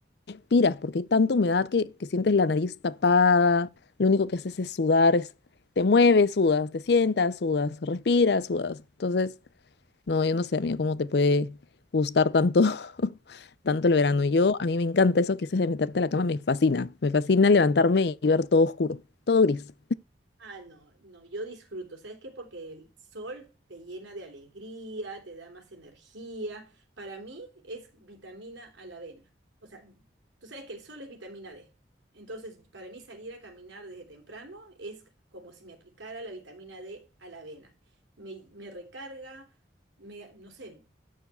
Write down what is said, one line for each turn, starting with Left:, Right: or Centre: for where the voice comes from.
Left: respiras porque hay tanta humedad que, que sientes la nariz tapada, lo único que haces es sudar, es, te mueves, sudas, te sientas, sudas, respiras, sudas. Entonces, no, yo no sé, amiga, cómo te puede gustar tanto. <laughs> tanto el verano. Yo, a mí me encanta eso que dices de meterte a la cama, me fascina. Me fascina levantarme y ver todo oscuro, todo gris.
Right: Ah, no, no, yo disfruto, ¿sabes qué? Porque el sol te llena de alegría, te da más energía. Para mí es vitamina a la avena. O sea, tú sabes que el sol es vitamina D. Entonces, para mí salir a caminar desde temprano es como si me aplicara la vitamina D a la avena. Me, me recarga, me, no sé,